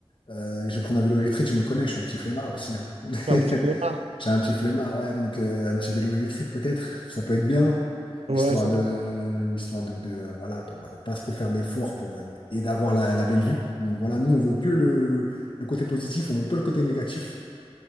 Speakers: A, on the left (about 50°); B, on the right (about 80°).
A: euh, je vais prendre un vélo électrique, je me connais, je suis un petit flemmard aussi. hein. <laughs>
B: c'est un petit départ.
A: J'ai un petit flemmard, ouais, donc euh, un petit vélo électrique peut-être, ça peut être bien,
B: Ouais,
A: histoire
B: ça
A: de,
B: peut
A: histoire de, de voilà, de de pas trop faire d'efforts pour euh, et d'avoir la, la belle vue. Donc voilà, nous on veut que le, le côté positif, on veut pas le côté négatif.